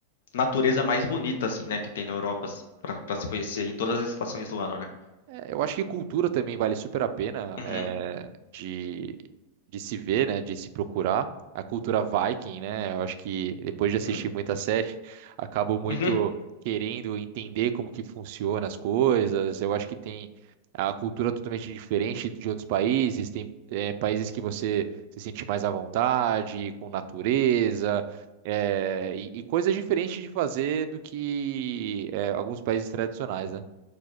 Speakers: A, on the left; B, on the right.
A: natureza mais bonita, assim, né? Que tem na Europa pra pra se conhecer em todas as estações do ano, né?
B: É, eu acho que cultura também vale super a pena
A: Uhum,
B: é, de, de se ver, né? De se procurar. A cultura Viking, né? Eu acho que depois de
A: uhum,
B: assistir muita série, <laughs> acabo muito
A: uhum,
B: querendo entender como que funciona as coisas. Eu acho que tem a cultura totalmente diferente de outros países. Tem é, países que você se sente mais à vontade, com natureza. é, e, e coisas diferentes de fazer do que é, alguns países tradicionais, né?